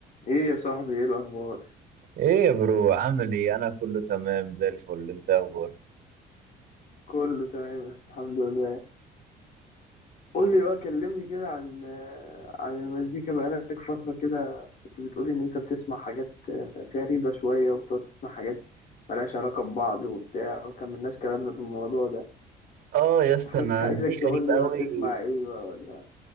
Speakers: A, on the left; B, on the right.
A: ايه يا صاحبي ايه الاخبار
B: ايه يا برو عامل ايه انا كله تمام زي الفل انت اخبارك
A: كله تمام الحمد لله قول لي بقى كلمني كده عن عن المزيكا بقالك فترة كده كنت بتقولي ان انت بتسمع حاجات غريبة شوية وبتقعد تسمع حاجات ملهاش علاقة ببعض وبتاع وكملناش كلامنا في الموضوع ده
B: اه يا اسطى
A: <laughs> كنت
B: انا
A: عايزك
B: زي
A: تقول
B: غريب
A: لي
B: قوي
A: بقى بتسمع ايه بقى ولا